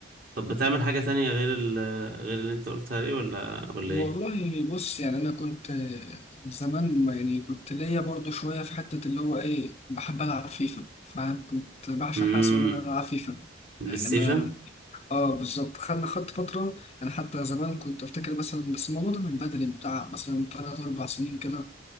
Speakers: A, on the right; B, on the left.
A: طب بتعمل حاجة تانية غير ال غير اللي انت قلت عليه ولا ولا
B: والله
A: ايه؟
B: بص يعني انا كنت زمان ما- يعني كنت ليا برضو شويه في حته اللي هو ايه بحب العب فيفا فكنت بعشق
A: امم
B: حاجه اسمها ان انا العب فيفا
A: بلاي
B: يعني
A: ستيشن؟
B: انا اه بالظبط خدنا خدت فتره انا حتى زمان كنت افتكر مثلا بس الموضوع ده من بدري بتاع مثلا ثلاث اربع سنين كده